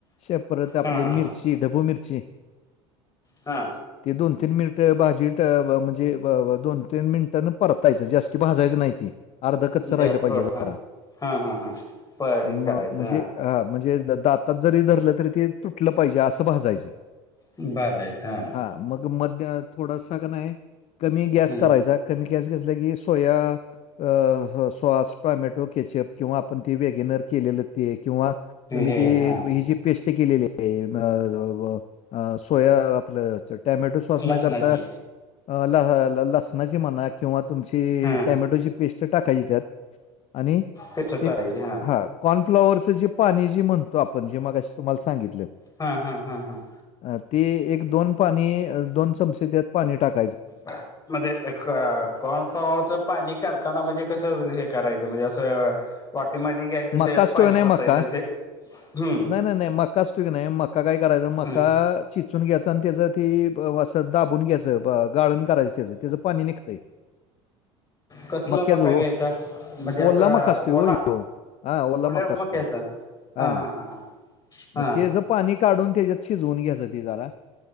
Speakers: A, on the left (about 50°); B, on the left (about 25°).
A: श परत आपली
B: हा हा
A: मिरची
B: हा
A: ढबू मिरची
B: हा
A: ती दोन तीन मिनिटं भाजी ट ब म्हणजे ब व दोन तीन मिनिटान परतायचं जास्ती भाजायचं नाही ती अर्ध कच्च राहिलं
B: द्या थोडं
A: पाहिजे जरा
B: हा हा हा हा प
A: म
B: हे करायचं
A: म्हणजे...... हा म्हणजे दातात जरी धरलं तरी ते तुटलं पाहिजे असं भाजायचं...
B: भाजायचं हं....
A: ह मग मध्य थोडासं का नाही कमी गॅस
B: हम्म
A: करायचा... कमी गॅस घसलं की, सोया अ सॉस, टोमॅटो केचप किंवा आपण ते वेगनर केलेलं ते किंवा तुम्ही
B: हे
A: ते
B: हा
A: व्हे ची पेस्ट केलेलीय म जा वा अ सोया आपलं चं टॅमॅटो सॉस नं
B: लसणाचे
A: करता अ लह ल लसणाची म्हणा किंवा तुमची
B: हा
A: टॅमॅटोची पेस्ट टाकायची त्यात आणि
B: पेस्ट टाकायची
A: ते हा कॉनफ्लॉवरचं पी त्याज पाणी जी म्हणतो आपण, जे मगाशी तुम्हाला सांगितलं
B: हा हा हा हा
A: अ ते एक दोन पाणी, अ दोन चमचे त्यात पाणी टाक
B: म्हणजे एक कॉनफ्लॉवरचं पाणी करताना म्हणजे कसं हे करायचं, म्हणजे असं वाटी मधी घ्यायचं अनं
A: मका
B: त्याच्यात
A: असतो
B: पाणी
A: का नाही
B: वतायच
A: मका
B: अन् ते हम्म
A: नाही नाही नाही, मका असतो की नाही, मका काय कराचं मका
B: हम्म
A: चेचून घ्यायचं अनं त्याच ते ब वं असं दाबून घ्यायचं, ब गाळण करायचं, त्याचं त्याचं पाणी निघतंय
B: कसला
A: मक्याचं
B: मका घ्यायचा
A: ओ,
B: म्हणजे असं
A: ओल्ला मका असतोयं
B: ओला
A: ओ यो त्यो हां वल्ला
B: ओल्या
A: मका असतोय,
B: मक्याचा
A: हां
B: हा हा हा हा हा
A: म ते त्याचं पाणी काढून, त्याच्यात शिजून घ्याचं ते जरा.